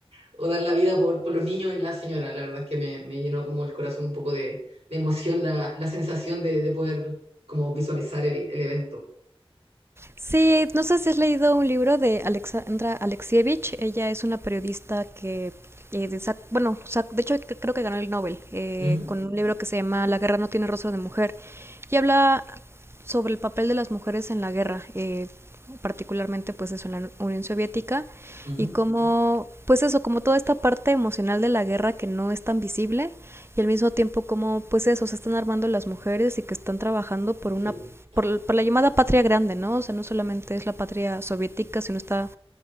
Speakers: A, on the right (about 80°); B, on the right (about 25°).
A: o dar la vida por, por los niños y la señora. La verdad es que me, me llenó como el corazón un poco de, de emoción la, la sensación de, de poder como visualizar el, el evento.
B: Sí, no sé si has leído un libro de Alexandra Alexievich. Ella es una periodista que, eh, de sac- bueno, sac- de hecho c- creo que ganó el Nobel eh,
A: Ujú,
B: con un libro que se llama La guerra no tiene rostro de mujer. Y habla sobre el papel de las mujeres en la guerra, eh, particularmente pues eso en la Unión Soviética
A: ujú,
B: y cómo, pues eso, como toda esta parte emocional de la guerra que no es tan visible y al mismo tiempo como, pues eso, se están armando las mujeres y que están trabajando por
A: sí,
B: una,
A: po.
B: por, por la llamada patria grande, ¿no? O sea, no solamente es la patria soviética, sino esta